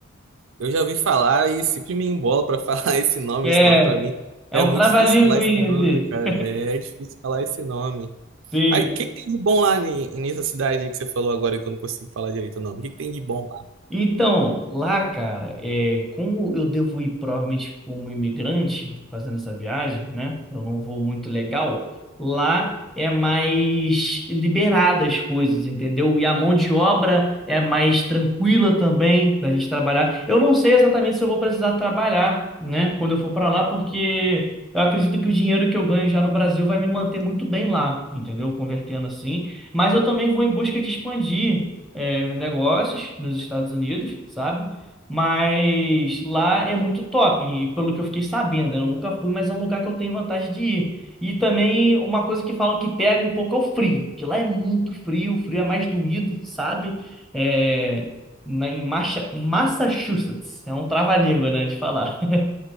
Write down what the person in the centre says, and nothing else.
É,
é
um
trava-língua
ali.
<laughs> Sim.
Então, lá, cara, é, como eu devo ir provavelmente como imigrante fazendo essa viagem, né? Eu não vou muito legal. Lá é mais liberada as coisas, entendeu? E a mão de obra é mais tranquila também da gente trabalhar. Eu não sei exatamente se eu vou precisar trabalhar, né? Quando eu for para lá, porque eu acredito que o dinheiro que eu ganho já no Brasil vai me manter muito bem lá, entendeu? Convertendo assim. Mas eu também vou em busca de expandir é, negócios nos Estados Unidos, sabe? Mas lá é muito top, e pelo que eu fiquei sabendo, eu nunca fui, mas é um lugar que eu tenho vontade de ir. E também uma coisa que falam que pega um pouco é o frio, que lá é muito frio, o frio é mais doído, sabe? É, na, em Macha- Massachusetts, é um trava-língua, né, de falar. <laughs>